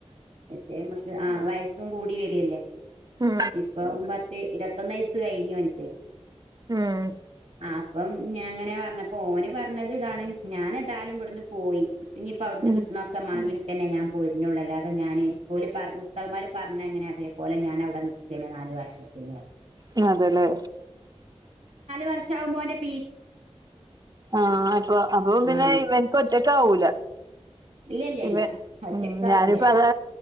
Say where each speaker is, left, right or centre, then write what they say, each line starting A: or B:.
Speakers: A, on the right; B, on the right.
A: അതെ നമക്ക് ആ വയസ്സും കൂടി വരിയല്ലേ
B: ഉം
A: ഇപ്പം മറ്റേ ഇരുപത്തൊന്ന് വയസ്സ് കഴിഞ്ഞഞ് ഓന്ക്ക്
B: ഉം.
A: ആ അപ്പം ഞാൻ അങ്ങനെ പറഞ്ഞപ്പ ഓന് പറഞ്ഞ പറഞ്ഞത് ഇതാണ് ഞാാന എതായാലും ഇവിടുന്ന് പോയി ഇനിയിപ്പ അവിടുന്ന്
B: ഉം
A: കിട്ടണൊക്കെ മാങ്ങിയിട്ട തന്നെ ഞാൻ. ള്ള അാതെഞാന് പോലി പുസ്തകന്മാര് പറഞ്ഞ എങ്ങനെ അതേപോലെ ഞാൻ. ന വർത്തി അപ്പ ന
B: ഉം അതെല്ലേ
A: വർുമ്പോ.
B: ആഹ അപ്പൊ അപ്പൊ പിന്നെവനക്ക്
A: ആഹ്
B: ഒറ്റക്ക ആവൂല.
A: ഇല്ല ഇല്ല
B: ഇവ
A: ഇല്ല ഒറ്റക്കാവൂല
B: ഉം ഞാനിപ്പോ അതാ